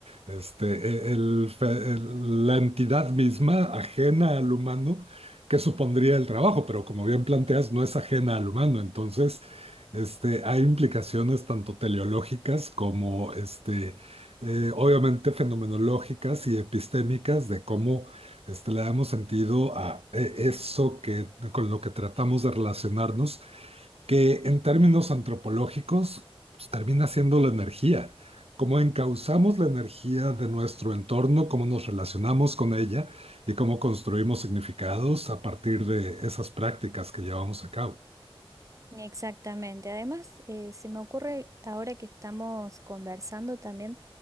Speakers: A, on the right; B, on the right.
A: este, e- el fe- el- la entidad misma ajena al humano que supondría el trabajo, pero como bien planteas, no es ajena al humano. Entonces, este, hay implicaciones tanto teleológicas como este, eh, obviamente fenomenológicas y epistémicas de cómo este, le damos sentido a eh, eso que, con lo que tratamos de relacionarnos que en términos antropológicos pues, termina siendo la energía. Cómo encauzamos la energía de nuestro entorno, cómo nos relacionamos con ella y cómo construimos significados a partir de esas prácticas que llevamos a cabo.
B: Exactamente. Además, eh, se me ocurre ahora que estamos conversando también